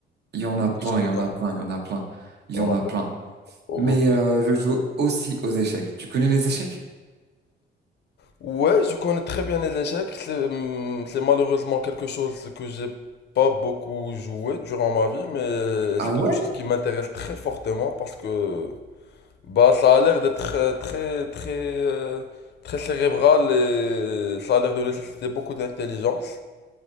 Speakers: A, on the right; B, on the left.
A: Il y en a plein,
B: Quel jeu de
A: il y en
B: cartes?
A: a plein, il y en a plein, il
B: Il
A: y
B: y
A: en
B: en a
A: a
B: plein.
A: plein.
B: Oh,
A: Mais
B: ok.
A: euh, je joue aussi aux échecs. Tu connais les échecs?
B: Ouais, je connais très bien les échecs. C'est hum, c'est malheureusement quelque chose que j'ai pas beaucoup joué durant ma vie, mais
A: Ah
B: c'est
A: ouais?
B: quelque chose qui m'intéresse très fortement parce que bah ça a l'air d'être euh, très très euh, très cérébral et ça a l'air de nécessiter beaucoup d'intelligence.